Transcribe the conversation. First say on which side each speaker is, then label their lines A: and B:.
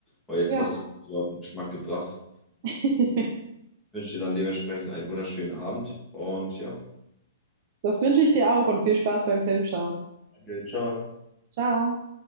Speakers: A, in the centre; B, on the right (about 35°).
A: weil jetzt
B: Ja.
A: hast du mich wieder auf den Geschmack gebracht.
B: <laughs>
A: Ich wünsche dir dann dementsprechend einen wunderschönen Abend und ja,
B: Das wünsche ich dir auch und viel Spaß beim Filmschauen.
A: danke, ciao.
B: Ciao.